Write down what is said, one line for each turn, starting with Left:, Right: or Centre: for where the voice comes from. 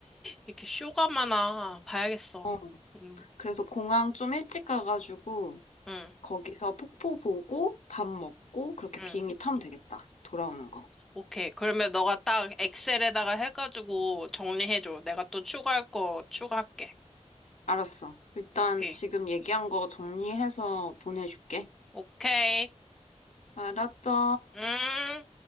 Centre: 이렇게 쇼가마나 봐야겠어.
Left: 어,
Centre: 응,
Left: 그래서 공항 좀 일찍 가가지고
Centre: 응,
Left: 거기서 폭포 보고 밥 먹고 그렇게
Centre: 응.
Left: 비행기 타면 되겠다. 돌아오는 거.
Centre: 오케이. 그러면 너가 딱 엑셀에다가 해가지고 정리해줘. 내가 또 추가할 거 추가할게.
Left: 알았어. 일단
Centre: 오케이.
Left: 지금 얘기한 거 정리해서 보내줄게.
Centre: 오케이.
Left: 알았어.
Centre: 음.